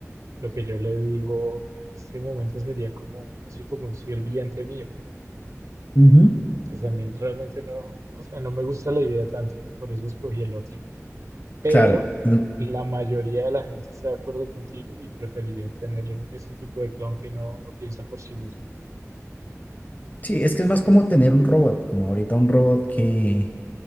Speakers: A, on the right; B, on the left.
A: lo que yo le digo, en este momento sería como casi como un sirviente mío.
B: Ujú.
A: Y pues a mí realmente no, no sé, no me gusta la idea tanto, por eso escogí el otro. Pero
B: Claro. mm,
A: la mayoría de la gente está de acuerdo contigo y preferirían tener ese tipo de clon que no, no piensa por sí mismo.
B: Sí, es que es más como tener un robot, como ahorita un robot que,